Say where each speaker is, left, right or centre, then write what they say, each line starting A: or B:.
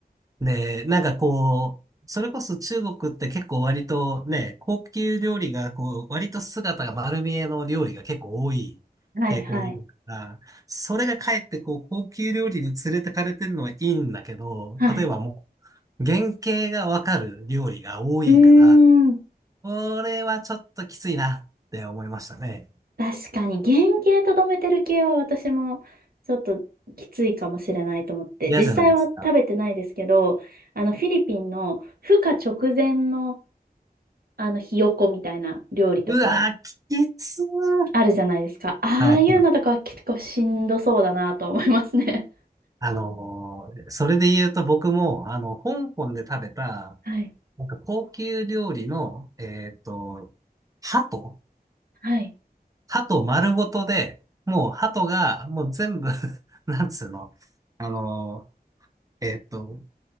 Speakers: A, on the right; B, on the right.
A: で、なんかこう、それこそ中国って結構割とね、高級料理がこう、割と姿が丸見えの料理が結構多い傾向にあるから、
B: はいはい。
A: それがかえってこう、高級料理に連れてかれてるのはいいんだけど、
B: <laughs> はい。
A: 例えばもう、原型がわかる料理が多いから、
B: うーん。
A: これはちょっときついなって思いましたね。
B: 確かに原型とどめてる系は私もちょっときついかもしれないと思って、
A: 嫌じゃないですか。
B: 実際は食べてないですけど、あのフィリピンの孵化直前のあのひよこみたいな料理とか
A: うわー、きつー。
B: あるじゃないですか。ああいうのとかは結構しんどそうだなと思いますね。
A: はい。あのーそれで言うと僕も、あの、香港で食べた、
B: <laughs> はい。
A: なんか高級料理の、えっと、鳩
B: はい。
A: 鳩丸ごとで、もう鳩が、もう全部 <laughs> なんつうの、あのーえっと、